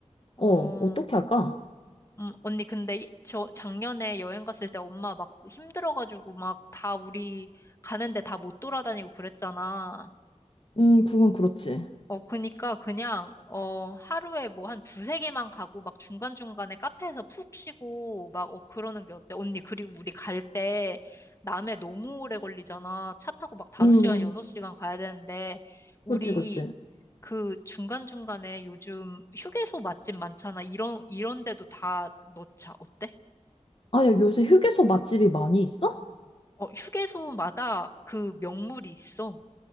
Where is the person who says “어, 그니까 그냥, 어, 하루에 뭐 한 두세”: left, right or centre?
Left